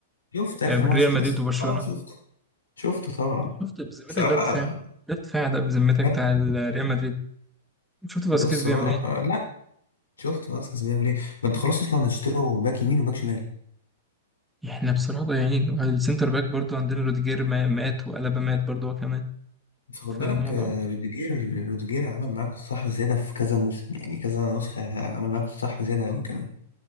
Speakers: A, on the left; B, in the centre.
A: شفت آخر
B: آه، ريال
A: ماتش كلاسيكو؟
B: مدريد وبرشلونة
A: اه شفت شفته طبعا
B: شفت بذمتك
A: بصراحة
B: ده دفاع ده دفاع ده بذمتك
A: فرق
B: بتاع ال- آه، ريال مدريد شفت فاسكيز
A: بص
B: بيعمل
A: بقى
B: ايه
A: لا شفت باسكس بيعمل ايه ما انت خلاص اصلا هتشتروا باك يمين وباك شمال
B: احنا بصراحة ضايعين والسنتر باك برضو عندنا روديجير ما- مات وألابا مات برضو هو كمان
A: بس خد
B: فالموضوع
A: بالك آه، روديجير روديجير عمل معاكوا الصح وزيادة في كذا موسم يعني كذا نسخة عمل معاكوا الصح وزيادة أوي كمان